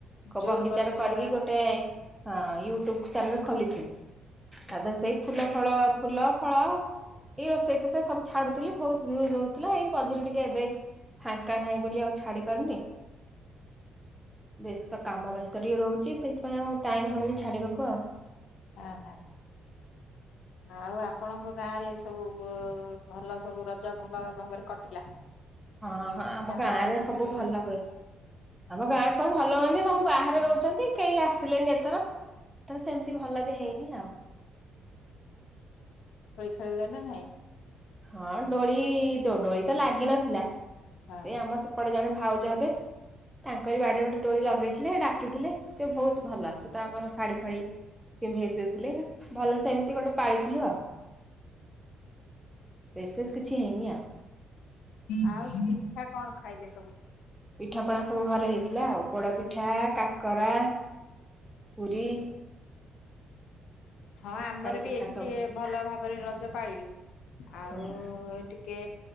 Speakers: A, on the left (about 80°); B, in the centre.
A: ଜୋର
B: ବଗିଚାର
A: ବର୍ଷା
B: କରିକି ଗୋଟେ ହଁ ୟୁଟୁବ ଚ୍ୟାନେଲ ଖୋଲିଥିଲି
A: ହଁ
B: ତା ଦେହରେ ସେଇ ଫୁଲଫଳ ଫୁଲଫଳ ଏଇ ରୋଷେଇ ଫୋସେଇ ସବୁ ଛାଡୁଥିଲି ବହୁତ ଭିଉଜ ହୋଉଥିଲା ଏଇ ମଝିରେ ଟିକେ ଏବେ ଫାଙ୍କା ନାହିଁ ବୋଲି ଆଉ ଛାଡି ପାରୁନି। ବ୍ୟସ୍ତ କାମ ବ୍ୟସ୍ତ ଟିକେ ରହୁଚି ସେଥିପାଇଁ ଆଉ ଟାଇମ ହଉନି ଛାଡିବାକୁ ଆଉ।
A: ଆହା ଆଉ ଆପଣଙ୍କ ଗାଁ ରେ ସବୁ ଭଲ ସବୁ ରଜ ଭଲ ଭାବରେ କଟିଲା।
B: ହଁ ହଁ ଆମ
A: ନା
B: ଗାଁ
A: କଣ
B: ରେ
A: କେମିତି
B: ସବୁ ଭଲ ହୁଏ ଆମ
A: ହଁ
B: ଗାଁରେ ସବୁ ଭଲ ବୋଲି ସବୁ ବାହାରେ ରହୁଚନ୍ତି। କେହି ଆସିଲେନି ଏଥର ତ ସେମତି ଭଲ ବି ହେଇନି ଆଉ।
A: ଖେଳି ଦେଲେ ନାହିଁ।
B: ହଁ ଡୋଳି ଡୋଳି ତ ଲାଗିନଥିଲା।
A: ହଁ
B: ସେ ଆମ ସେପଟେ ଜଣେ ଭାଉଜ ହେବେ ତାଙ୍କରି ବାଡିରେ ଗୋଟେ ଡୋଳି ଲଗେଇ ଥିଲେ ଡା ଶିଖିଥିଲେ ସେ ବହୁତ ଭଲ ସେ ତାଙ୍କର ଶାଢୀ ଫାଢ଼ି ପିନ୍ଧେଇ ଦେଇଥିଲେ ଭଲ ସେ ଏମିତି ଗୋଟେ ପାଳିଥିଲୁ ଆଉ। ବିଶେଷ କିଛି ହେଇନି ଆଉ।
A: ଆଉ ପିଠା କଣ ଖାଇଲେ ସବୁ?
B: ପିଠା ପଣା ସବୁ ଘରେ ହେଇଥିଲା ଆଉ ପୋଡପିଠା କାକରା ପୁରି
A: ହଁ ଆମର ବି
B: ପିଠା
A: ଏଠି
B: ସବୁ
A: ଟିକେ
B: ହେଇଥିଲା
A: ଭଲ ଭାବରେ ରଜ ପାଳିଲୁ ଆଉ
B: ହୁଁ।
A: ଟିକେ